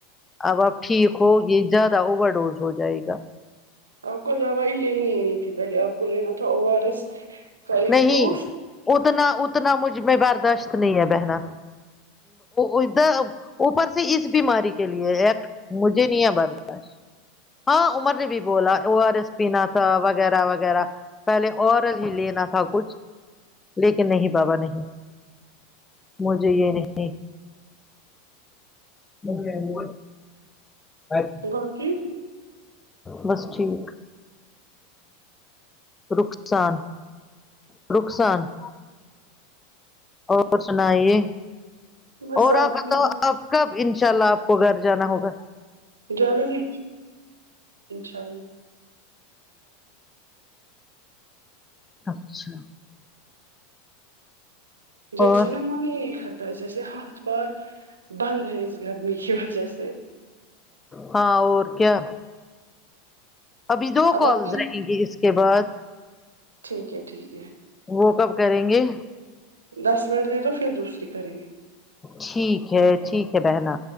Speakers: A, on the left; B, on the right.
A: اب آپ ٹھیک ہوگی زیادہ اوور ڈوز ہو جائے گا
B: آپ کو دوائی لینی نہیں تھی پہلے آپ کو لینا تھا او آر ایس کا ایک
A: نہیں
B: جوس
A: اتنا اتنا مجھ میں برداشت نہیں ہے بہنا ادھر اوپر سے اس بیماری کے لیے ایک مجھے نہیں ہے برداش ہاں عمر نے بھی بولا او آر ایس پینا تھا وغیرہ وغیرہ پہلے اور ہی لینا تھا کچھ لیکن نہیں بابا نہیں مجھے یہ نہیں <inaudible> <unintelligible>
B: با کی
A: بس ٹھیک رخسان رخصان اور سنائیے
B: بس
A: اور آ
B: آپ
A: پتہ
B: کی دعا
A: آپ کب ان شاء اللہ آپ کو گھر جانا ہوگا
B: جلدی انشاء اللہ
A: اچھا
B: جیسے
A: اور
B: نا من ہی نہیں کرتا ہے جیسے ہاتھ پار بند ہے اس گرمی کی وجہ سے
A: ہاں اور کیا ابھی دو
B: اب
A: کالز
B: آپ کی
A: رہیں گے اس کے بعد
B: ٹھیک ہے ٹھیک ہے
A: وہ کب کریں گے
B: دس منٹ دے دو پھر دوسری کریں گے
A: ٹھیک ہے ٹھیک ہے بہنا